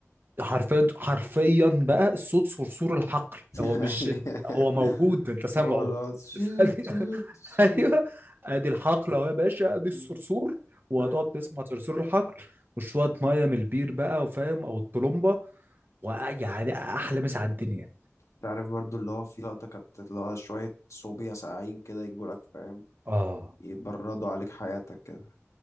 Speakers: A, on the right; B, on the left.
A: حرفيا حرفيا بقى صوت صرصور الحقل
B: <laughs>
A: هو مش هو موجود انت سامعه
B: هو اللي هو تشيت-
A: بس ادي <laughs>
B: توت- صوت-
A: ايوه ادي الحقل اهو يا باشا ادي الصرصور
B: مم.
A: وهتقعد
B: <laughs>
A: تسمع صرصور الحقل وشويه ميه من البير بقى وفاهم او الطلمبه ويعني احلى مسا على الدنيا
B: تعرف برضو اللي هو في لقطة كانت اللي هو شوية صوبيا ساقعين كده يجولك فاهم
A: اه
B: يبردوا عليك حياتك كده